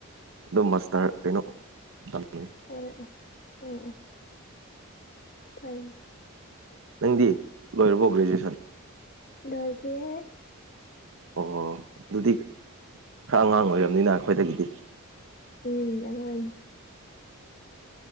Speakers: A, on the right; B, on the left.
A: ꯑꯗꯨꯝ ꯃꯥꯁꯇꯔ ꯀꯩꯅꯣ ꯇꯝꯃꯤ
B: ꯑꯣꯑꯣ ꯑꯣꯑꯣ ꯐꯩ꯫
A: ꯅꯪꯗꯤ ꯂꯣꯏꯔꯕꯣ ꯒ꯭ꯔꯦꯖꯨꯑꯦꯁꯟ꯫
B: ꯂꯣꯏꯗꯔꯤꯌꯦ꯫
A: ꯑꯣ ꯑꯗꯨꯗꯤ ꯈꯔ ꯑꯉꯥꯡ ꯑꯣꯏꯔꯕꯅꯤꯅ ꯑꯩꯈꯣꯏꯗꯒꯤꯗꯤ꯫
B: ꯎꯝ ꯑꯉꯥꯡꯅꯤ꯫